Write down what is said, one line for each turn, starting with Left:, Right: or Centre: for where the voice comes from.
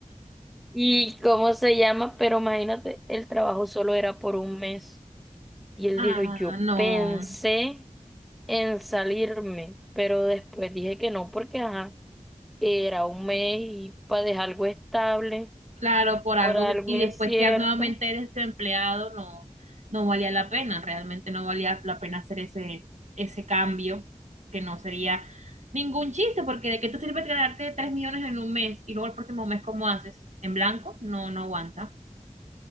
Centre: ¿Y cómo se llama? Pero imagínate, el trabajo solo era por un mes. Y él
Right: Ah,
Centre: dijo, yo
Right: no.
Centre: pensé en salirme, pero después dije que no, porque ajá, era un mes y para dejar algo estable.
Right: Claro, por
Centre: por
Right: algo
Centre: algo
Right: que, y
Centre: incierto.
Right: después quedar nuevamente desempleado no, no valía la pena, realmente no valía la pena hacer ese, ese cambio, que no sería ningún chiste, porque de qué te sirve ganarte 3 millones en un mes y luego el próximo mes, ¿cómo haces? ¿En blanco? No, no aguanta.